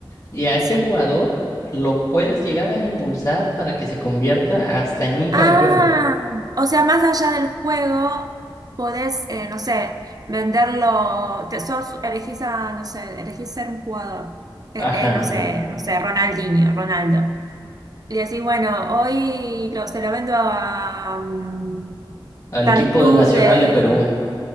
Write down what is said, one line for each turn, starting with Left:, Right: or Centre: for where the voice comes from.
Left: y a este
Right: sí.
Left: jugador lo puedes llegar a impulsar para que se convierta hasta en un campeón.
Right: Ah, o sea, más allá del juego, podés, eh, no sé, venderlo, te, sos, elegís a, no sé, elegís ser un jugador, Eh,
Left: Ajá.
Right: eh, no sé, no sé, Ronaldinho, Ronaldo. Y decís, bueno, hoy lo, se lo vendo a mm,
Left: Al
Right: tal
Left: equipo
Right: club
Left: nacional
Right: de,
Left: de Perú.